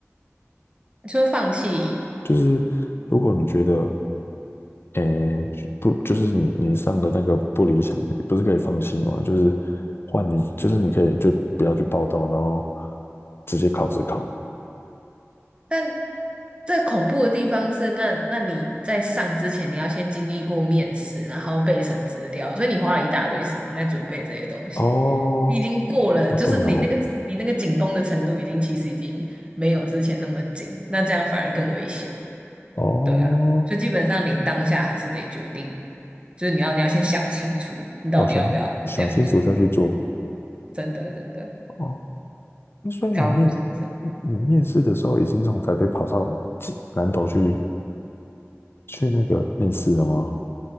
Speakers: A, on the right; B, on the left.
A: 就放弃。
B: 就是如果你觉得诶，不，就是你你上的那个不理想的，不是可以放弃吗？就是换你，就是你可以就不要去报到，然后直接考试考。
A: 但这恐怖的地方是，那那你在上之前，你要先经历过面试，然后备审资料，所以你花了一大堆时间在准备这些东西。
B: 哦，
A: 你已经过了，
B: 哦，
A: 就是你那个你那个紧绷的程度，
B: 对哦，
A: 已经其实已经没有之前那么紧，那这样反而更危险。
B: 哦，
A: 对啊，所以基本上你当下还是得决定，就是你要你要先想清楚，你到底要不要这样做。
B: 哦，想想清楚再去做。
A: 真的真的，
B: 哦，那所以你面
A: 高中生这样。
B: 你面试的时候已经从台北跑到济南岛去去那个面试了吗？